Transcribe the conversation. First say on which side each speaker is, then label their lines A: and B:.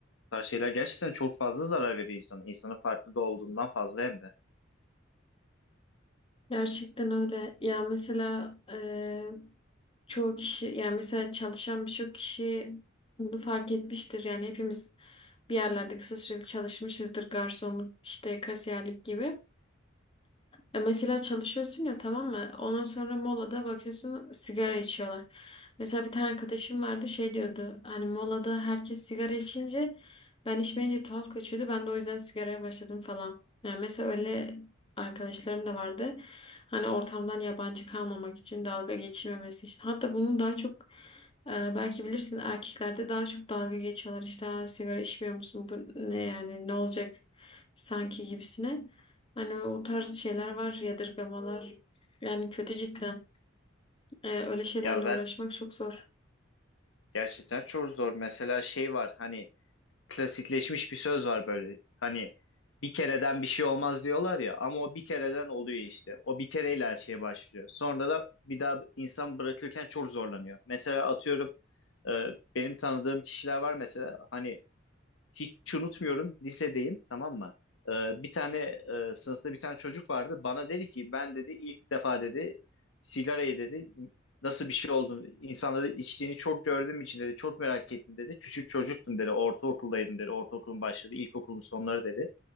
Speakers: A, on the left (about 70°); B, on the left (about 30°).
A: tarz şeyler gerçekten çok fazla zarar veriyor insana. İnsanın farkında olduğundan fazla hem de.
B: Gerçekten öyle. Ya mesela e, çoğu kişi yani mesela çalışan birçok kişi bunu fark etmiştir. Yani hepimiz bir yerlerde kısa süreli çalışmışızdır. Garsonluk, işte kasiyerlik gibi. E, Mesela çalışıyorsun ya tamam mı? Ondan sonra molada bakıyorsun sigara içiyorlar. Mesela bir tane arkadaşım vardı şey diyordu. Hani molada herkes sigara içince ben içmeyince tuhaf kaçıyordu. Ben de o yüzden sigaraya başladım falan. Yani mesela öyle arkadaşlarım da vardı. Hani ortamdan yabancı kalmamak için, dalga geçirmemesi için. Hatta bunu daha çok e, belki bilirsin erkeklerde daha çok dalga geçiyorlar. İşte "Aa, sigara içmiyor musun? Bu ne yani ne olacak sanki gibisine. Hani o tarz şeyler var, yadırgamalar. Yani kötü cidden. Ee, öyle şeylerle
A: Ya zaten
B: uğraşmak çok zor.
A: gerçekten çok zor. Mesela şey var hani klasikleşmiş bir söz var böyle. Hani bir kereden bir şey olmaz diyorlar ya ama o bir kereden oluyor işte. O bir kereyle her şeye başlıyor. Sonra da bir daha insan bırakırken çok zorlanıyor. Mesela atıyorum e, benim tanıdığım kişiler var mesela hani Hiç unutmuyorum lisedeyim tamam mı? Ee, bir tane e, sınıfta bir tane çocuk vardı. Bana dedi ki ben dedi ilk defa dedi sigarayı dedi nasıl bir şey olduğunu insanları içtiğini çok gördüğüm için dedi çok merak ettim dedi. Küçük çocuktum dedi ortaokuldaydım dedi ortaokulun başladı ilkokulun sonları dedi.